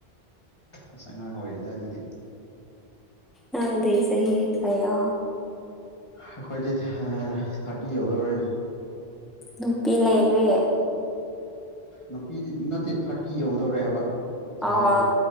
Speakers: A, on the left (about 30°); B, in the centre.
A: ꯑꯁ ꯑꯉꯥꯡ ꯑꯣꯏꯔꯤꯗ ꯑꯗꯨꯗꯤ
B: ꯅꯪꯗꯤ ꯁꯍꯤ ꯍꯥꯏꯌꯥ
A: ꯑꯩꯈꯣꯏꯗꯤ ꯊꯥꯔꯇꯤ ꯌꯧꯗꯧꯔꯦ
B: ꯅꯨꯄꯤ ꯂꯩꯔꯦ
A: ꯅꯨꯄꯤꯗꯤ ꯅꯠꯇꯦ ꯊꯥꯔꯇꯤ ꯌꯧꯗꯧꯔꯦ ꯍꯥꯏꯕ ꯆꯍꯤꯗꯣ
B: ꯑ ꯍ